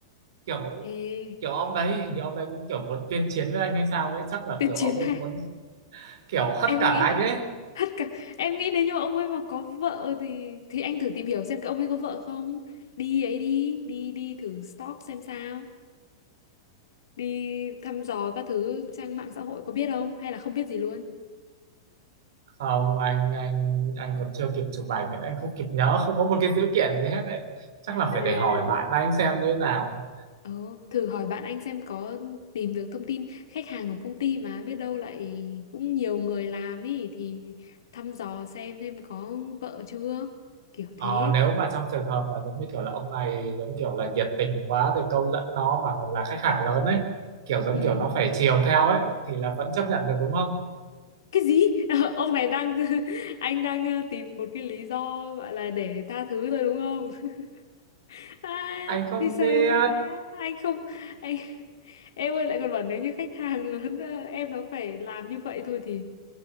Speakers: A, on the right; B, on the left.
A: kiểu
B: Ê,
A: kiểu ông đấy hình như ông đấy cũng kiểu muốn tuyên chiến với anh hay sao ấy chắc là
B: tuyệt
A: kiểu
B: chiến
A: ông
B: này.
A: ấy muốn kiểu hất
B: Em
A: cả
B: nghĩ
A: anh ấy
B: hết cả. Em nghĩ nếu như mà ông ấy mà có vợ thì thì anh thử tìm hiểu xem cái ông ấy có vợ không. Đi ấy đi, đi đi thử stalk xem sao. Đi thăm dò các thứ trang mạng xã hội có biết không hay là không biết gì luôn.
A: không anh anh anh còn chưa kịp chụp ảnh nên anh không kịp nhớ không có một cái dữ kiện gì hết đấy chắc là phải
B: À.
A: để hỏi bạn anh xem như thế nào
B: Ờ, thử hỏi bạn anh xem có tìm được thông tin khách hàng của công ty mà biết đâu lại cũng nhiều người làm ý thì thăm dò xem xem có vợ chưa kiểu thế
A: ờ, nếu mà trong trường hợp mà giống như kiểu là ông này giống kiểu là nhiệt tình quá rồi câu dẫn nó mà là khách hàng lớn ấy kiểu giống
B: ừ.
A: kiểu nó phải chiều theo ấy thì là vẫn chấp nhận được đúng không
B: cái gì <laughs> ông này đang <laughs> anh đang ờ, tìm một cái lý do gọi là để tha thứ thôi đúng không <laughs> à,
A: anh không
B: thì sợ
A: biết
B: à, anh không anh em ơi lại còn bảo nếu như khách hàng lớn ờ, em nó phải làm như vậy thôi thì